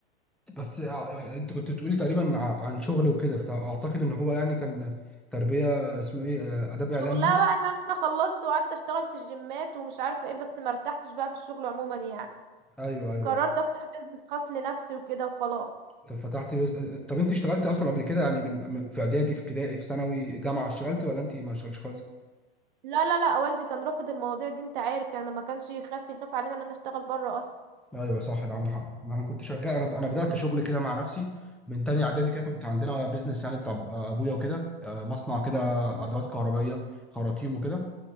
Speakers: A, in the centre; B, on the right.
A: بس ع- انت كنت بتقولي تقريبا ع- عن شغل وكده فاعتقد ان هو يعني كان تربيه اسمه ايه آه، اداب
B: شغلها
A: اعلام دي
B: بقى ان انا خلصت وقعدت اشتغل في الجيمات ومش عارفة ايه بس مرتحتش بقى في الشغل عموما يعني
A: ايوه ايوه
B: قررت
A: ايوه
B: افتح بيزنس خاص لنفسي وكده وخلاص
A: طب فتحت بيز... آه، آه، طب انت اشتغلت اصلا قبل كده يعني من من- في اعدادي في ابتدائي في ثانوي جامعه اشتغلتي ولا انت ما اشتغلتش خالص
B: لا لا لا والدي كان رافض المواضيع دي انت عارف يعني ما كانش يخاف يخاف علينا ان انا اشتغل بره اصلا
A: ايوه صح ده عندك حق انا كنت شغال انا انا بدات شغل كده مع نفسي من تاني اعدادي كده كنت عندنا بيزنس يعني بتاع ابويا وكده آه، مصنع كده
B: مم.
A: ادوات كهربائيه خراطيم وكده